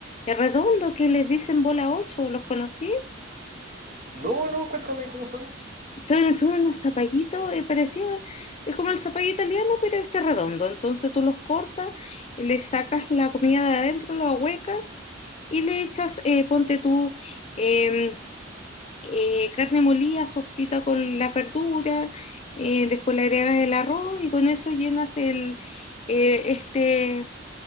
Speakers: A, on the left (about 35°); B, on the right (about 40°).
A: redondos que les dicen bola 8, ¿los conocí?
B: no, no, cuéntame cómo son.
A: Son, son unos zapallitos, eh, parecido, es como el zapallo italiano, pero este redondo. Entonces tú los cortas, le sacas la comida de adentro, lo ahuecas y le echas, eh, ponte tú, eh, eh, carne molida, sofrita con la verdura, eh, después le agregas el arroz y con eso llenas el, eh, este,